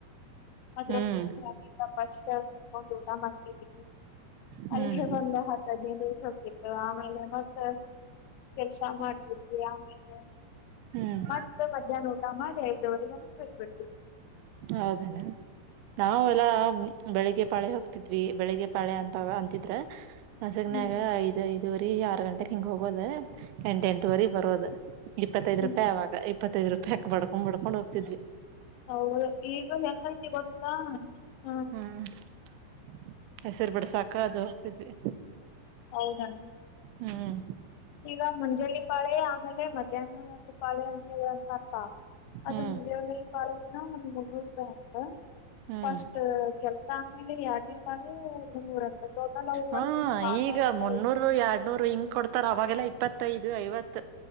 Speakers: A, on the left; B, on the right.
A: ಅದ್ರೋಗ
B: ಹ್ಮ್
A: ಫಸ್ಟ್ ಕುತ್ಕೊಂಡ್ ಊಟ ಮಾಡ್ತಿದ್ವಿ
B: ಹ್ಮ್
A: ಅಲ್ಲಿ ಒಂದು ಹತ್ತು ಹದ್ಿನದು <inaudible> ಆಮೇಲೆ ಮತ್ತ ಕೆಲ್ಸ ಮಾಡ್ತಿದ್ವಿ ಹ <inaudible>
B: ಹ್ಮ್
A: ಮತ್ತ ಮಜ ನ <inaudible> ಸಮಧೇ ಆಯತ ಅವರಿಗೆೇಕು. ಬಟ್ಟ <inaudible>
B: ಹೌದೇನಾ ನಾವ ಎಲ್ಲ ಬೆಳಿಗ್ಗೆ ಪಾಳೆ ಹೋಗ್ತಿದ್ವಿ ಬೆಳಿಗ್ಗೆ ಪಾಳೆ ಅಂತ ಅಂತಿದ್ರೆ ಹಸಗ್ನಯಾಗ
A: ಹ್ಮ್
B: ಐದ್ ಐದು ವರ್ಷ ದೆ ಆರು ಗಂಟೆೆಗೆ ಹಿಂಗ ಹೋಗೋದ ಎಂಟ ಎಂಟುವರೆ ಬರೋದು ಇಪ್ಪತ್ತೈದ್
A: ಹ್ಮ್
B: ರೂಪಾಯಿ ಅವಾಗ ಇತ್ತೈದು ರೂಪಾಯಿಾಕ್ಡ್ಕೊಂಡ್ ಬಕೊಂಡ್ಗತಿದ್ವಿ
A: ಹೌದು ಈಗ ಹೆಂಗತಿ ಗೊತ್ತಾ ಹಾ
B: ಹ್ಮ್ <unintelligible> ಹೆಸರು ಬಿಡ ಸಾಕ ಅದು ಹೋಗಕ್ತಿದ್ವಿ
A: ಹೌದಣ
B: ಹ್ಮ್
A: ಈಗ ಮಂಜಲಿ ಪಾಳೆ ಆಮೇಲೆ ಮಧ್ಯಾಹ್ನದ ಕಾಳೆ ಅಂತ ಹೇಳಂತರ್ಥ ಅದು
B: ಹ್ಮ್
A: ಮುಂದ ಕಾಲೇಜಿನ್ ಒ ಮುೂರು ಸಂತ <inaudible>
B: ಹ್ಮ್
A: ಫಸ್ಟ್ ಕೆಲ್ಸ ಆದಮ್ಮೇಲೆ ಎಡ್ನೇ ಪಳೆ ಮುನ್ನೂರ ಅಂತ ಟೋಟಲ್ ಅವರು
B: ಹಾ
A: ಒಂದ್ಲೋ ಆ
B: ಈಗ
A: ನೂರು ರೂಪಾಯಿ
B: ಮುನ್ನೂರು
A: ಐ
B: ಎರಡ್ನೂರು ಹಿಂಗ್ ಕೊಡ್ತಾರ ಅವಾಗೆಲ್ಲಾ ಇಪ್ಪತ್ತೈದು ಐವತ್